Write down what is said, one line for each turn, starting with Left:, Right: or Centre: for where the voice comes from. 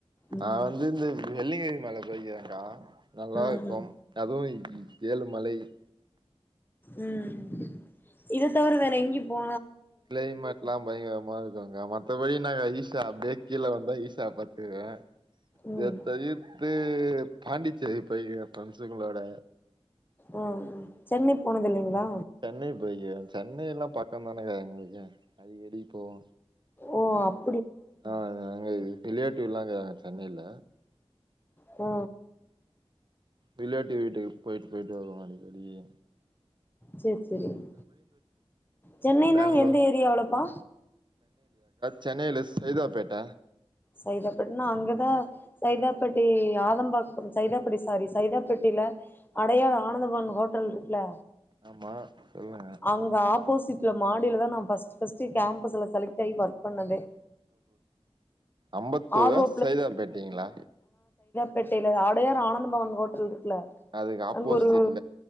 Left: ம்
Right: நான் வந்து இந்த வெள்ளங்கரி மலை போய்ருக்கேன்க்கா நல்லா
Left: ம்
Right: இருக்கும்
Left: ம்
Right: அதுவும் உம் ஏழுமலையில்
Left: உம் இத தவிற வே ற எங்கேயும் போ
Right: கிளைமேட் எல்லாம் பயங்கரமா இருக் குங்க மத்தபடி நாங்க ஈஷா அப்டியே கீழே வந்தா ஈஷாவ பாத்துவேன்
Left: ம்
Right: இத தவிர்த்து இது பாண்டிச் சேரி போயிக்கே ப்ரெண்ஸ்சுங்குளோட
Left: ஆ சென்னை போனது இல்லைங்கிளா
Right: சென்னை போய்கிறேன் சென்னையில்லா பக்கம் தானுங்க எங்குளுக்கே அடிக்கடி போவோ
Left: ஓ அப்
Right: ஆஹ் ஹ அங்க ரிலேட்டிவுலாங்க சென்னையில
Left: ஓ
Right: ரிலைட்டிவ் வீட்டுக்கு போயிட்டு போயிட்டு வருவோ வெளிய
Left: செர் செரிங் சென்னைன்னா
Right: பேங்ளூர்
Left: எந்த ஏரியாளப்பா
Right: சென்னையில செய்தாப்பேட்ட
Left: சைதாபட்டினா அங்கதா சைதாபட்டி ஆதம்பாக்கம் சைதாபட்டி சாரி சைதாபட்டியில அடையார் ஆனந்தபவன் ஹோட்டல் இருக்குல்ல
Right: ஆமா சொல்லுங்க
Left: அங்க ஆப்போசிட்ல மாடியிலதா நாம் ஃபஸ்ட் ஃபஸ்ட்டு கேம்பஸ்சுல செலக்ட் ஆகி ஒர்க் பண்ணதே
Right: அம்பந்தூரா
Left: ஆர் ஓ
Right: செய்தாப்பேட்டிங்களா
Left: பேட்டையில அடையார் ஆனந்த் பவன்ஹோட்டல் இருக் க்குல
Right: அதுக்கு ஆப்போசிட்ல
Left: அங்கு ஒரு